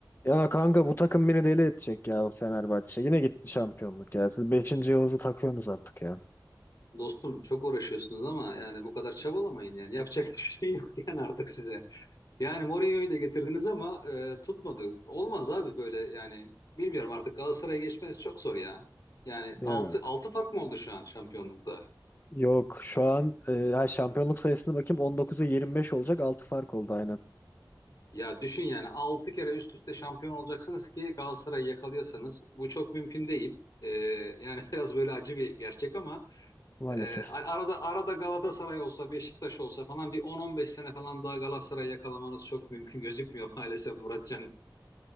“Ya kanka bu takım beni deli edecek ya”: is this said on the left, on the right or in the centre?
Left